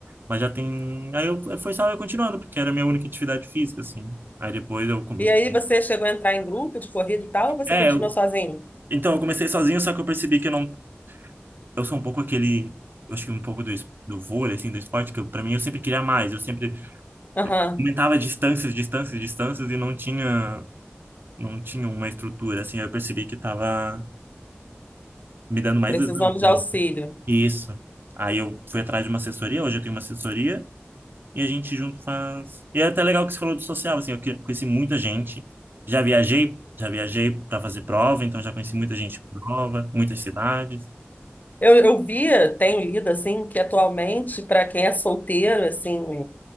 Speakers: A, on the right; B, on the left.
A: mas já tem. Aí eu, foi só eu continuando, porque era a minha única atividade física, assim. Aí depois eu. come-
B: E aí, você chegou a entrar em grupo de corrida e tal, ou você
A: É,
B: continuou
A: eu-
B: sozinho?
A: então eu comecei sozinho, só que eu percebi que eu não. Eu sou um pouco aquele. Eu acho que um pouco do, es- do vôlei, assim, do esporte, que eu, pra mim eu sempre queria mais. Eu sempre
B: Aham,
A: aumentava distâncias, distâncias, distâncias e não tinha, não tinha uma estrutura, assim. Aí eu percebi que tava me dando mais
B: Precisamos
A: lesão, assim.
B: de auxílio.
A: Isso. Aí eu fui atrás de uma assessoria, hoje eu tenho uma assessoria e a gente junto faz. E é até legal que você falou do social, assim, eu que- conheci muita gente. Já viajei, já viajei para fazer prova, então já conheci muita gente por prova, muitas cidades.
B: Eu, eu via, tenho lido assim, que atualmente, para quem é solteiro, assim,